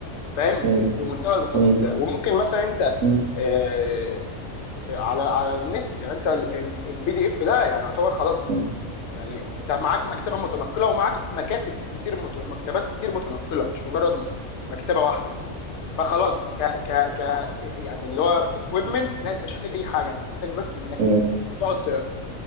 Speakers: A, on the left; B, on the right.
A: فاهم
B: م- م-
A: ب- بمنتهى البساطه
B: م-
A: كده
B: م-
A: وممكن مثلا انت
B: م- م-
A: آه، آه، على على النت يعني انت البي دي اف ده يعني يعتبر خلاص
B: م-
A: يعني انت معاك مكتبه متنقله ومعاك مكاتب كتير مت... مكتبات كتير متنقله مش مجرد مكتبه واحده فخلاص ك ك ك يعني اللي هو اكويبمنت لا انت مش محتاج اي حاجه انت محتاج بس انك
B: م-
A: تقعد تقرا